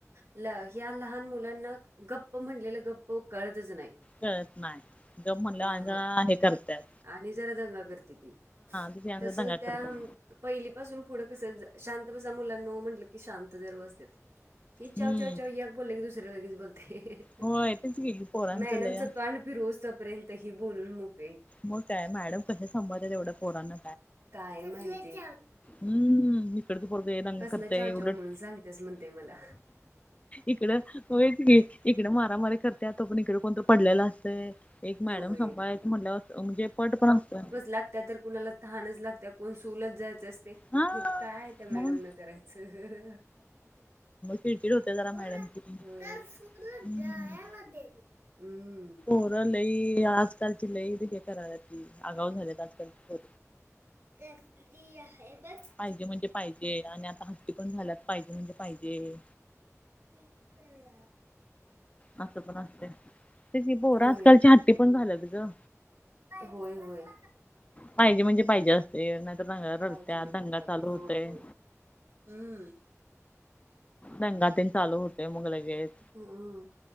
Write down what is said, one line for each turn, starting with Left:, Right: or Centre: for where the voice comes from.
Right: ल ह्या लहान मुलांना गप्प म्हणलेलं गप्प कळतच नाही.
Left: कळत नाही गप म्हणलं
Right: अ
Left: आणि
Right: हां.
Left: जरा हे करत्यात
Right: आणि जरा दंगा करते ती
Left: तिथे आणि
Right: तस
Left: जरा दंगा
Right: त्या
Left: करतात
Right: पहिलीपासून पुढं कसं शांत कसा मुलांनो म्हटलं की शांत तर बसत्यात. हि चाव
Left: हम्म
Right: चव चाव या बोलले की दुसरे लगेच बोलतय.
Left: होय तेच गेली पोरांचं
Right: मॅडमच
Left: लय
Right: तोंड फिरवूस तो पर्यंत ही बोलून मोकळी.
Left: म काय मॅडम कसे सांभाळत्यात तेवढ्या पोरांना
Right: काय माहिती.
Left: हम् इकडच पोरगं दंगा
Right: कसलं
Left: करतय
Right: चाव
Left: एवढ
Right: चाव म्हणून सांगतेस म्हणते मला.
Left: इकड होयच की इकड मारामारी करत्यात तो पर्यंत इकड कोणतर पडलेला असतंय. एक
Right: होय.
Left: मॅडम संभाळायचं म्हटलं म्हणजे पट पण असतं
Right: लागंत्या तर कुणाला तहानच लागत्या कोण सु लाच जायचं असते.
Left: हा
Right: काय त्या मॅडम
Left: मग
Right: न करायचं.
Left: चीडचिड होत्या जरा
Right: सूर
Left: मॅडमची हो
Right: होय तर सूरला जायला दे हम्म
Left: मूल लई आजकालची लई हे कराल्यात आगाव झालीत आजकाल ची मूल
Right: <unintelligible> हेै बस
Left: पाहिजे म्हणजे पाहिजे आणि आता हट्टी पण झाल्यात पाहिजे म्हणजे पाहिजे.
Right: इकड.
Left: असं पण असतयं तेच की पोर
Right: होय
Left: आजकालची हट्टी पण झाल्यात ग.
Right: होय होय.
Left: पाहिजे म्हणजे पाहिजे असतय नाहीतर
Right: पाहिजे
Left: रडत्यात
Right: म्हणजे
Left: दंगा
Right: पाहिजे
Left: चालू
Right: होय
Left: होतय.
Right: होय हम्म
Left: दंगा तेन चालू होतय मग लगेच.
Right: हम्म